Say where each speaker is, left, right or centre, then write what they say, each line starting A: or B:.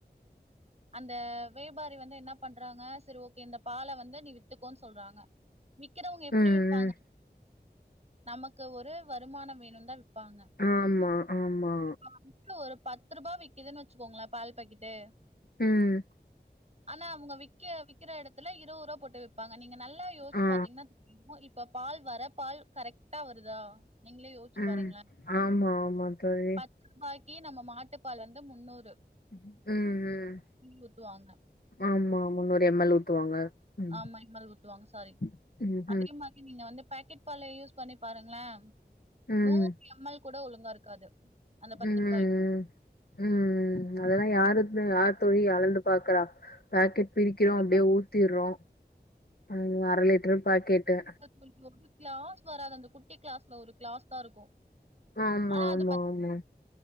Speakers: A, on the right; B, on the left.
A: அந்த வியாபாரி வந்து என்னா பண்றாங்க சரி ஓகே இந்த பால வந்து நீ வித்துக்கோன் சொல்றாங்க விக்கிறவுங்க எப்புடி
B: ம்,
A: விப்பாங்க
B: ம்.
A: நமக்கு ஒரு வருமானம் வேணுன்ந்தா விப்பாங்க
B: ஆமா ஆமா
A: இப்ப வந்துட்டு ஒரு பத்து ரூபா விக்குதுன்னு வச்சுக்கோங்களே பால் பாக்கெட்டு
B: ம்
A: ஆனா அவுங்க வி்க்க விக்கற இடத்துல இருவது ரூவா போட்டு விப்பாங்க நீங்க நல்லா யோஸ்ச்சு
B: ஆ.
A: பாத்தீங்கன்னா தெரியு இப்ப பால் வர பால் கரெக்டா வருதா நீங்களே யோஸ்ச்சு
B: ம்.
A: பாருங்ளே
B: ஆமா, ஆமா தோழி.
A: பத் ரூபாய்க்கி நம்ம மாட்டுப்பால் வந்து முன்னூறு
B: ம் ம்
A: ம் ஊத்துவாங்க
B: ஆமா முன்னூறு எம் எல் ஊத்துவாங்க ம்
A: ஆமா இந் மாரி ஊத்துவாங்க சாரி
B: ம்
A: அதே மாரி நீங்க வந்து பாக்கெட் பாலையு யூஸ் பண்ணி பாருங்ளே
B: ம்
A: நூறு எம் எல் கூட ஒழுங்கா இருக்காது அந்த பத்து
B: ம்
A: ருபாய்க்கு
B: ம் அதெல்லா யாரு யார் தோழி அளந்து பாக்குறா பாக்கெட் பிரிக்கிறோ
A: கண்டிப்பா
B: அப்டியே ஊத்திர்றோ அந்த அர லிட்ரு பாக்கெட்டு்
A: உங்ளுக்கு ஒரு கிளாஸ் வராது அந்த குட்டி கிளாஸ்ல ஒரு க்ளாஸ் தா இருக்கு
B: ஆமா
A: ஆனா
B: ஆமா
A: அது பத்
B: ஆமா